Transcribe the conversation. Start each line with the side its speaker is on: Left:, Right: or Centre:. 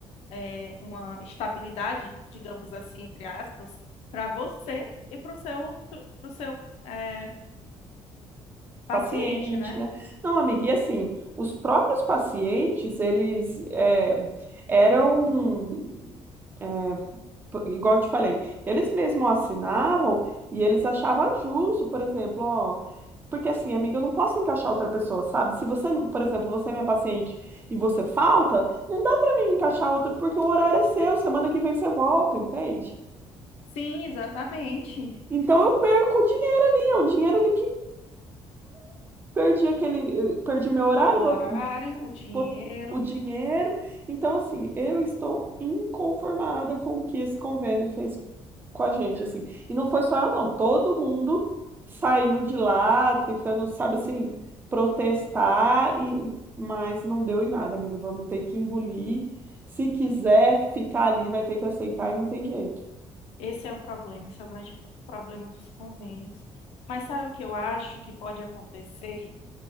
Left: é, uma estabilidade, digamos assim, entre aspas, para você e para o seu, pro seu é, paciente,
Right: paciente,
Left: né?
Right: né? Não, amiga, e assim, os próprios pacientes, eles é, eram, é, p- igual eu te falei, eles mesmos assinavam e eles achavam justo, por exemplo, ó, porque assim, amiga, eu não posso encaixar outra pessoa, sabe? Se você, por exemplo, você é minha paciente e você falta, não dá para mim encaixar outro porque o horário é seu, semana que vem você volta, entende?
Left: Sim, exatamente.
Right: Então eu perco o dinheiro ali, é um dinheiro ali que Perdi aquele, perdi meu horário,
Left: O horário,
Right: vou,
Left: o dinheiro,
Right: vou- o dinheiro. Então, assim, eu estou inconformada com o que esse convênio fez com a gente, assim. E não foi só eu, não. Todo mundo saiu de lá tentando, sabe assim, protestar, e, mas não deu em nada, amiga. Vamos ter que engolir. Se quiser ficar ali, vai ter que aceitar e não tem jeito.
Left: esse é o problema, esse é o grande problema dos convênios. Mas sabe o que eu acho que pode acontecer?